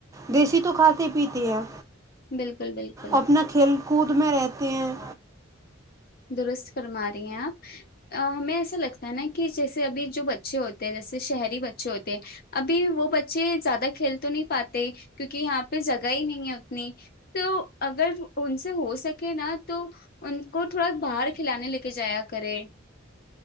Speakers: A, on the right; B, on the left.
A: دیسی تو کھاتے پیتے ہیں
B: بلکل بلکل
A: اپنا کھیل کود میں رہتے ہیں
B: درست فرما رہی ہیں آپ ہمیں ایسا لگتا ہے نا کہ جیسے ابھی جو بچے ہوتے ہیں جیسے شہری بچے ہوتے ہیں ابھی وہ بچے زیادہ کھیل تو نہیں پاتے کیونکہ یہاں پہ جگہ ہی نہیں ہے اتنی تو اگر ان سے ہو سکے نا تو ان کو تھوڑا باہر کھلانے لے کے جایا کرے